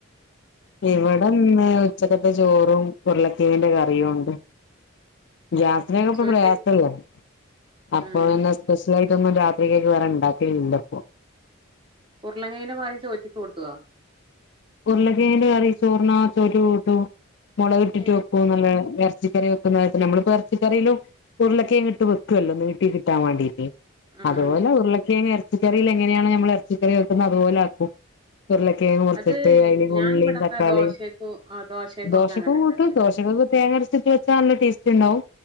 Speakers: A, on the left (about 55°); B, on the right (about 20°).
A: ഇവിടന്ന് ഉച്ചക്കത്തെ ചോറും ഉരുളക്കെങ്ങിന്റെ കറിയും ഉണ്ട്. ഗ്യാസിനക്കപ്പ
B: ചോറ്റ്ക്ക്
A: പ്രയാസല്ലേ അപ്പൊ
B: ആഹ്
A: എന്നാ സ്പെഷ്യലായി <unintelligible> രാത്രിക്കേക്ക് വേറെ ഉണ്ടാക്കില്ലല്ലോപ്പോ.
B: ഉരുളകിഴനെ വാങ്ങിച്ച് ഒറ്റിക്ക് കൊടുത്തതാ
A: ഉരുളക്കിഴങ്ങിന്റെ കറി ചോറിനാത്ത് ഒരു ട്ടു മുളക് ഇട്ടിട്ട്
B: ഏഹ്
A: വെക്കും നല്ല രസ് ച്ചിക്കറി വെക്കുന്നവർക്കും നമ്മള്പ്പം ഇറച്ചിക്കറിയിലും ഉരുളക്കിയങ്ങ് ഇിട്ട് വെക്കുവല്ലോ നീട്ടി കിട്ടാൻ വേണ്ടീട്ട്
B: ഉം
A: അതുപോലെ
B: ഉം
A: ഉരുളക്കിയങ്ങ് ഇറച്ചിക്കറിൽ എങ്ങനെയാണ് നമ്മൾ ഇറച്ചിക്കറി വെക്കുന്നത് അതുപോലെ ആക്കും ഉരുളക്കിയങ്ങ് മുർച്ച്
B: അത്
A: തേങ്ങയും
B: ഞാൻ
A: ഉുള്ളിയും
B: ഇവിടൊക്കെ
A: തക്കാളിയും
B: ദോശക്കും ദോശക്കൊക്കെ
A: ദോശക്ക്
B: അങ്ങനെ
A: കൂട്ടും
B: ഉണ്ടാക്കല്
A: ദോശൊക്കെ തേങ്ങരച്ചിട്ട് വെച്ചാ നല്ല ടേസ് ട്ടിണ്ടാവും